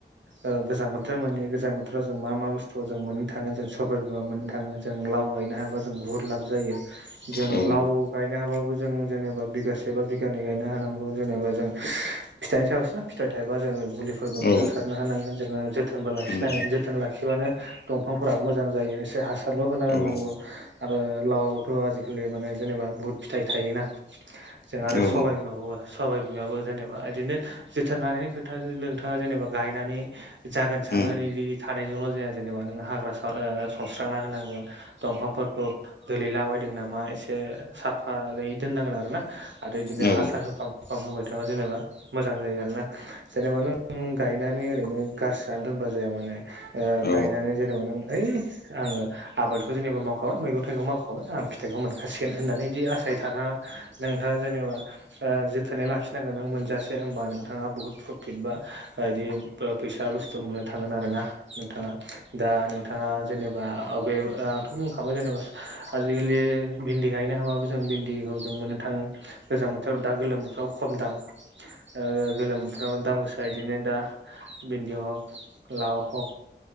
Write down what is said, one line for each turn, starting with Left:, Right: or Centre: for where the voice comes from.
Right: ओ गोजां बोथोर मोनैयो गोजां बो थोराव जों मा मा बुस्थुखौ जों मोननो थाङो जों सबाइ बिमा मोननो थाङो जों लाव गायनो हाबा जों बुहुद लाब जायो जों
Left: औ
Right: लाव गायनो हाबो जों जेनेबा बिगासेबा बिगानै गायनो हानांगौ जेनेबा जों फिथाइनि सायावसोना फिथाइ थायोबा जोङो मुलिफोरबो मोजां
Left: औ
Right: सारनो हानांगोन जोङो जोथोनबो लाखिनांगोन
Left: उम
Right: जोथोन लाखिबानो दंफांफोराबो मोजां मोजां जायो एसे हासारल' होना होननांगौ
Left: औ
Right: आरो लावआवथ' आजिखालि माने जेनेबा बुहुथ फिथाइ थायोना जों आरो
Left: औ
Right: सबाय बिमाखौबो सबाइ बिमाबो जेनेबा बिदिनो जोथोन लानायनि खोथा नोंथाङा जेनेबा गायनानै जागोन साननानै
Left: उम
Right: बि साननायजोंल' जाया जेनेबा नोङो हाग्रा सनस्रांना होनांगोन दंफांफोरखौ <unintelligible> नामा एसे साफै दोननांगोन आरोना आरो बिदिनो
Left: औ
Right: हासार होफाब होब थाङा जेनेबा मोजां जायो आरो ना जेनेबा नों गायनानै ओरैनो गारस्रिनानै दोनबा जाया ओ माने
Left: औ
Right: गायनानै जेनेबा नों ओइ आङो आबादखौ जेनेबा मावखाबाय मैगं थाइगं मावखाबाय आं फिथाइखौ मोनखाासिगोन होननानै बिदि आसाय थानाङा नोंथाङा जेनेबा ओ जोथोनै लाखिनांगोन नों मोनजासे होमबा नोंथाङा बुहुत प्रफिट बा बिदि फैसा बुस्थु मोननो थागोन आर ना नोंथाङा दा नोंथाङा जेनेबा अबे आंथ' बुंखाबाय जेनेबा आजिखालि भिन्दि गायनो हाबाबो जों दैखौ जों मोननो थाङो गोजां बोथोराव दा गोलोम बोथोराव खम दाम ओ गोलोम बोथोराव दामगोसा बिनो दा बिन्दि हक लाव हक